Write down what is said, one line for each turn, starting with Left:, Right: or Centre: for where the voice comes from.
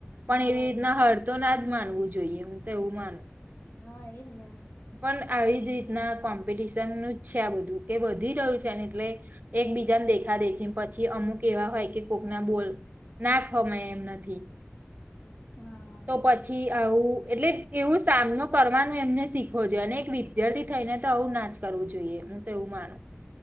Right: પણ
Left: હા
Right: એવી રીતના
Left: એજ
Right: હળ
Left: ને
Right: તો ના જ માનવું છેએ જોઈએ હું તો એવું માનુ
Left: હા એજ ને
Right: પણ આવી જ રીતના કોમ્પિટિશનનું જ છે આ બધું કે વધી રહ્યું છેને એટલે એક બીજાને દેખા દેખી પછી અમુક એવા હોય કે કોકના બોલ નાખવામાંય એમ નાથી
Left: હા
Right: તો પછી આવું એટલે એવો સામનો કરવાનું એમને શીખ અને એક વિદ્યાર્થી થઈ ને તો આવું નાજ ું જોઈ તો એું માનું